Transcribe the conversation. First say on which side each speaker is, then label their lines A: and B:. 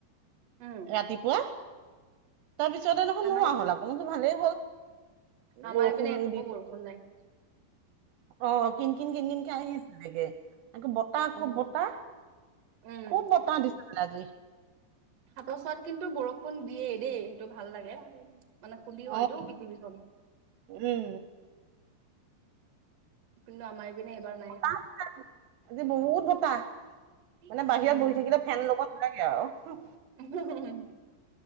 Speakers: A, on the right; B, on the right.
A: উম।
B: ৰাতিপুৱা, তাৰপিছতে নোহল-নোহোৱা
A: আমাৰ এইপিনে
B: হ'ল আকৌ <unintelligible> ভালেই হ'ল।
A: আমাৰ
B: বৰষুণ
A: এইপিনে এটোপো
B: দি দি।
A: বৰষুণ নাই।
B: অ', কিনকিন, কিনকিনকে আহিছিলে চাগে। একো বতাহ,
A: অ
B: খুব বতাহ,
A: উম
B: খুব বতাহ দিচে বোলে আজি।
A: সাগচত কিন্তু বৰষুণ দিয়ে দেই, সেইটো ভাল লাগে। মানে শুদ্ধি হয়তো
B: অ',
A: পৃথিৱীখন।
B: উম,
A: কিন্তু আমাৰে পিনে এবাৰ নাই।
B: <unintelligible> আজি বহুত বতাহ,
A: উম
B: মানে বাহিৰত বহি থাকিলে ফেন ল'ব লাগে আৰু।
A: <unintelligible>